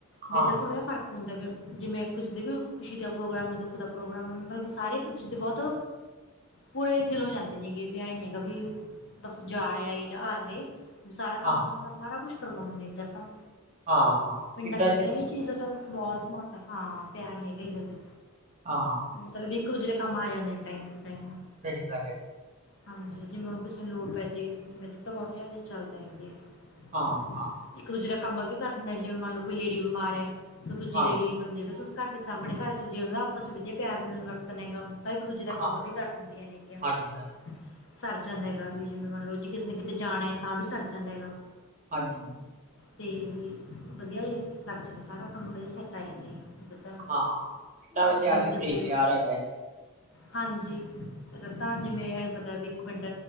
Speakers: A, on the right (about 35°); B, on the left (about 55°).
A: ਹਾਂ,
B: ਵਦਰ ੋੜ੍ਹਾਹਾਰਕ <unintelligible> ਹੁੰਦਾ ਵੀ ਜਿਵੇ ਕਿਸੇ ਦੇ ਵੀ ਖੁਸ਼ੀ ਦਾ ਪ੍ਰੋਗਰਾਮ ਹੈ ਦੁੱਖ ਦਾ ਪ੍ਰੋਗਰਾਮ ਹੈ ਮਤਲਬ ਲੱਗ ਸਾਰੇ ਇਕ ਦੂਜੇ ਦੇ ਬਹੁਤ ਪੂਰੇ ਦਿਲੋ ਜਾਂਦੇ ਨੇ ਗ ਵੀ ਐਂ ਨ ਹੈਗਾ ਵੀ ਬੱਸ ਜਾ ਆਇਆ ਜਾ ਆਇਆ ਏ <unintelligible> ਸਾਰਾ ਕਮ
A: ਹਾਂ,
B: ਧੰਦਾ ਸਾਰਾ ਕੁਛ ਕਰਵਾਉਦੇ ਨੇ ਇਧਰ ਤਾਂ
A: ਹਾਂ ਹਾਂ
B: ਪਿੰਡਾਂ
A: ਪਿੰਡ
B: 'ਚ ਇਹ ਚੀਜ਼ ਦਾ ਤਾਂ ਬਹੁਤ <unintelligible> ਮਤਲਬ ਹਾਂ ਪਿਆਰ ਹੈਗਾ ਹੀ ਹਜੇ
A: ਹਾਂ,
B: ਚਲੋ ਇੱਕ- ਦੂਜੇ ਦੇ ਕੰਮ ਆ ਜਾਂਦੇ ਨੇ ਮਿੰਟਾਂ ਚ' ਮਿੰਟਾਂ। <unintelligible>
A: ਸਹੀ ਗਲ ਹੈ।
B: ਹਾਂਜੀ। ਜੇ ਮੈਨੂੰ ਕਿਸੇ ਨੂੰ ਲੋੜ ਪੈ ਜੇ ਮੈਂ ਦਿੱ ਤਾਂ ਬਹੁਤ ਚੱਲਦਾ ਹੈ ਜੀ। <unintelligible>
A: ਹਾਂ- ਹਾਂ।
B: ਇੱਕ ਦੂਜੇ ਦਾ ਕੰਮ ਵੀ ਕਰ ਦਿੰਦਾ ਜਿਵੇਂ ਮੰਨ ਲੌ ਕੋਈ ਲੇਡੀ ਬਿਮਾਰ ਹੈ ਤੇ ਦੂਜੀ
A: ਹਾਂ,
B: ਲੇਡੀ ਜਿਹੜੇ ਤੁਸੀ ਘਰ ਦੇ ਸਾਹਮਣੇ ਘਰ ਚ ਜੇ ਉਹਨਾਂ ਆਪਸ ਚ ਵਧੀਆ ਪਿਆਰ ਵਰਤਣ ਹੈਗਾ। ਇੱਕ ਦੂਜੇ ਦਾ
A: ਹਾਂ,
B: ਕੰਮ ਵੀ ਕਰ ਦਿੰਦੀਆਂ ਨਹੀਂ ਆ।
A: ਹਾਂਜੀ, ਹਾਂਜੀ,
B: <unintelligible> ਸਰ ਜਾਂਦਾ ਹੈਗਾ ਵੀ ਜਿਵੇਂ ਮੰਨ ਲਓ ਜੇ ਕਿਸੇ ਨੇ ਕਿਤੇ ਜਾਣਾ ਹੈ ਤਾਂ ਵੀ ਸਰ ਜਾਂਦਾ ਹੈਗਾ।
A: ਹਾਂਜੀ, ਹਾਂ। <unintelligible>
B: ਤੇ ਵੀ ਵਧੀਆ ਸਰ ਸਾਰਾ ਕੰਮ ਵਧੀਆ ਸੈੱਟ ਆ ਜਾਂਦਾ।
A: ਹਾਂ। ਪਿੰਡਾਂ ਵਿੱਚ
B: ਜਿਵੇਂ
A: ਅੱਜ
B: ਕੁਸੀ
A: ਵੀ ਪ੍ਰੇਮ
B: ਦਿ
A: ਪਿਆਰ
B: ਹੋ
A: ਹੈਗਾ ਏ।
B: ਹਾਂਜੀ। <unintelligible> ਤਾਂ ਜਿਵੇਂ ਇਹਨੂੰ ਪਤਾ ਵੀ ਇੱਕ ਮਿੰਟ